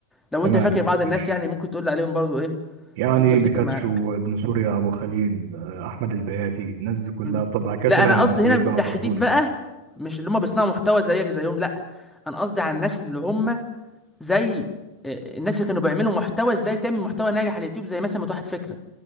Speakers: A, in the centre; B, on the right (about 50°).
A: لو
B: تمام
A: انت فاكر بعض الناس
B: ماشي
A: يعني ممكن تقول لي عليهم برضو ايه
B: يعني
A: انت افتكر
B: بيكاتشو
A: معاك
B: ابن سوريا ابو خليل آه، احمد البياتي الناس دي كلها
A: مم.
B: طب بعد كده
A: لا
B: طلع
A: انا
B: المصريين
A: قصدي هنا بالتحديد
B: بقى طربون
A: بقى مش اللي هم بيصنعوا محتوى زيك زيهم لا انا قصدي على الناس اللي هم زي آه، الناس اللي كانوا بيعملوا محتوى ازاي تعمل محتوى ناجح على اليوتيوب زي مثلا متوحد فكره